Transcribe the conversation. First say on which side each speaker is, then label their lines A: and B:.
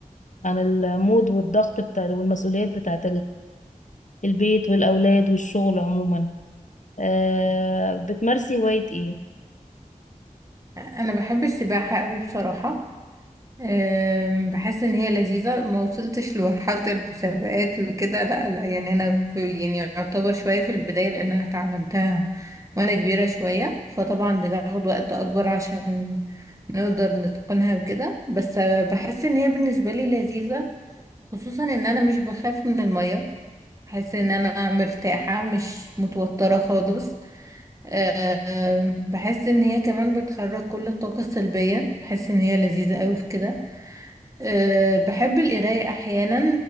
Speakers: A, on the left; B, on the right.
A: عن المود والضغط بتاع والمسؤوليات بتاعة البيت والأولاد والشغل عموما آه بتمارسي هواية ايه؟
B: أنا بحب السباحة قوي بصراحة أم، بحس إن هي لذيذة ما وصلتش لمرحلة المسابقات وكده لا لا يعني أنا في يعني يعتبر شوية في البداية لأن أنا اتعلمتها وأنا كبيرة شوية فطبعا بتاخد وقت أكبر عشان نقدر نتقنها وكده بس بحس إن هي بالنسبة لي لذيذة خصوصا ان انا مش بخاف من المية بحس ان انا مرتاحة مش متوترة خالص آه، آه، بحس ان هي كمان بتخرج كل الطاقة السلبية بحس ان هي لذيذة قوي في كده آه، بحب القراية احيانا